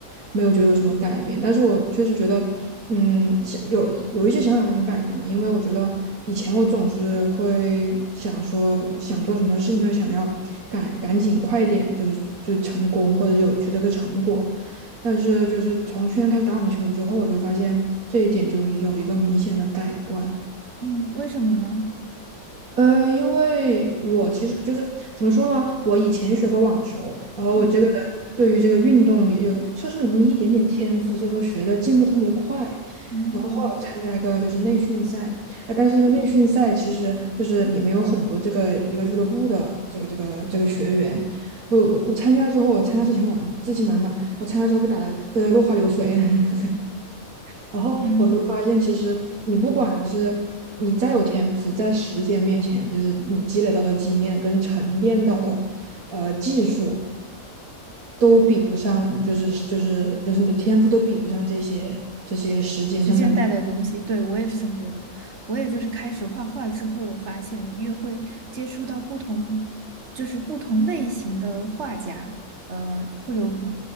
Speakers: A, on the right (about 70°); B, on the right (about 50°).
A: 没有觉得有什么改变。但是我确实觉得，嗯，想有有一些想法发生改变了，因为我觉得以前我总是会想说，想做什么事情都想要赶赶紧快点，就是就是成功或者有取得个成果。但是就是从去年开始打网球之后，我就发现这一点就有一个明显的改观。
B: 嗯，为什么呢？
A: 呃，因为我其实就是怎么说呢，我以前学过网球，然后我这个人对于这个运动有稍稍有那么一点点天赋，
B: 嗯
A: 所以说学的进步特别快。
B: 嗯
A: 然后后来我参加一个就是内训赛，啊，但是这个内训赛其实就是里面有很多这个一个俱乐部的这个这个这个学员。我我我参加之后，我参加之前我自信满满，我参加之后被打的落花流水，<laughs>
B: <laughs>
A: 然后我就发现，
B: 嗯。
A: 其实你不管是你再有天赋，在时间面前，就是你积累到的经验跟沉淀到的呃技术，都比不上，就是就是就是你的天赋都比不上这些这些时间上的累
B: 时间带来的东西，对，我也是这么觉得。我也就是开始画画之后，我发现了越会接触到不同，就是不同类型的画家，呃，或者我们